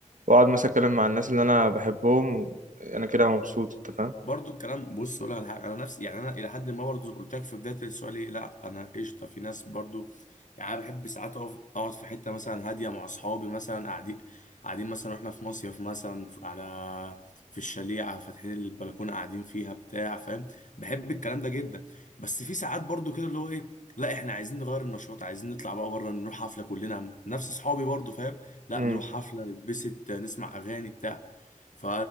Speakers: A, on the right (about 80°); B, on the left (about 75°).
A: واقعد مثلا اتكلم مع الناس اللي انا بحبهم و- انا كده مبسوط انت فاهم
B: برضو الكلام بص اقول لك على حاجه انا نفسي يعني انا الى حد ما برضو قلت لك في بدايه السؤال ايه لا انا قشطه في ناس برضو يعني انا بحب ساعات اقف اقعد في حته مثلا هاديه مع اصحابي مثلا قاعدين قاعدين مثلا واحنا في مصيف مثلا في- على في الشليعه فاتحين البلكونه قاعدين فيها بتاع فاهم بحب الكلام ده جدا بس في ساعات برضو كده اللي هو ايه لا احنا عايزين نغير النشاط عايزين نطلع بقى بره نروح حفله كلنا نفس اصحابي برضو فاهم لا
A: امم
B: نروح حفله نتبسط نسمع اغاني بتاع ف